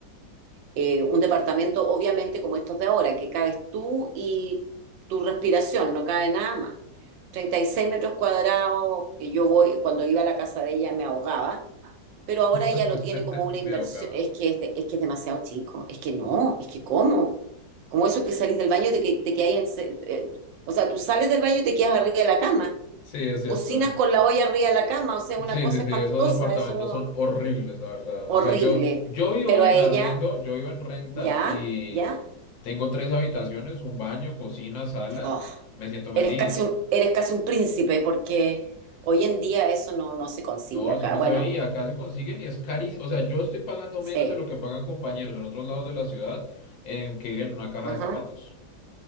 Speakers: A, on the right; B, on the left.
A: Eh, un departamento, obviamente, como estos de ahora, que cabes tú y tu respiración, no cabe nada más. 36 metros cuadrados, y yo voy, cuando iba a la casa de ella me ahogaba, pero ahora
B: <laughs>
A: ella lo tiene como una inversión,
B: Me ahogaba.
A: es que es, de- es que es demasiado chico, es que no, es que ¿cómo? Como eso que salís del baño y te, que- te quedáis en se- eh, o sea, tú sales del baño y te quedas arriba de la cama,
B: Sí, es cierto.
A: cocinas con la olla arriba de la cama, o sea, una
B: Sí,
A: cosa
B: sí,
A: espantosa,
B: sí, esos apartamentos
A: eso no,
B: son horribles, la verdad.
A: horrible.
B: O sea, yo, yo vivo
A: Pero
B: en
A: a ella,
B: arriendo, yo vivo en renta
A: ya,
B: y
A: ya,
B: tengo tres habitaciones, un baño, cocina, sala.
A: oh,
B: Me siento feliz.
A: eres casi un, eres casi un príncipe, porque hoy en día eso no, no se consigue
B: No,
A: acá.
B: eso no
A: Bueno,
B: se ve y Acá se consiguen y es carísimo. O sea, yo estoy pagando
A: sí,
B: menos de lo que pagan compañeros en otros lados de la ciudad en que viven en una caja
A: ajá.
B: de zapatos.